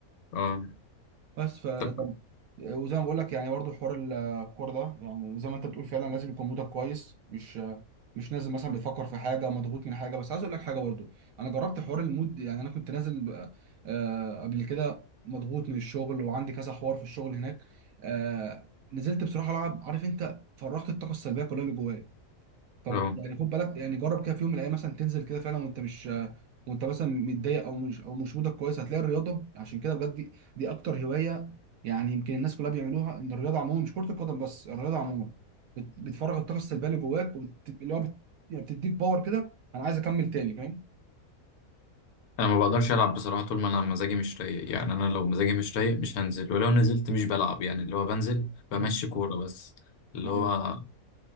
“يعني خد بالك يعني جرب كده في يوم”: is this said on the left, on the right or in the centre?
Right